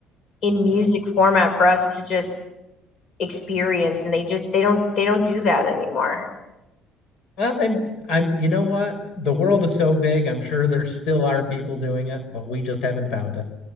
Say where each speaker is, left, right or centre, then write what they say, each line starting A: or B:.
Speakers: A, on the left; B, on the left.
A: in music
B: uh,
A: format for us to just experience, and they
B: well,
A: just they don't they don't do that anymore.
B: I'm, I'm. You know what? The world is so big. I'm sure there still are people doing it, but we just haven't found